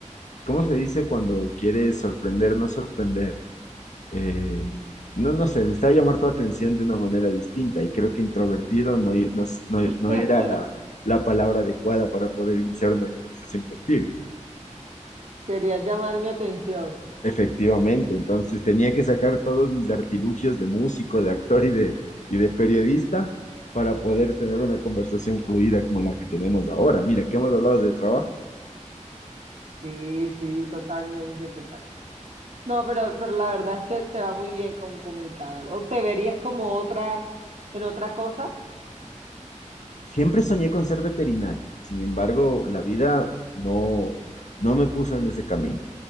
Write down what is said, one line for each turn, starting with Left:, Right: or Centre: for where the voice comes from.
Left: ¿cómo se dice cuando quieres sorprender, no sorprender? eh, no, no sé, necesitaba llamar tu atención de una manera distinta y creo que introvertido no, i- no, s- no- no
Right: <laughs>
Left: era la, la palabra adecuada para poder iniciar una conversación contigo.
Right: Querías llamar mi atención.
Left: Efectivamente, entonces tenía que sacar todos mis artilugios de músico, de actor y de, y de periodista para poder tener una conversación fluida como la que tenemos ahora. Mira, que hemos hablado de trabajo.
Right: Sí, sí, totalmente, totalmente. No, pero, pero la verdad es que te va muy bien como comunicador. O te verías como otra, en otra cosa,
Left: Siempre soñé con ser veterinario, sin embargo, la vida no, no me puso en ese camino.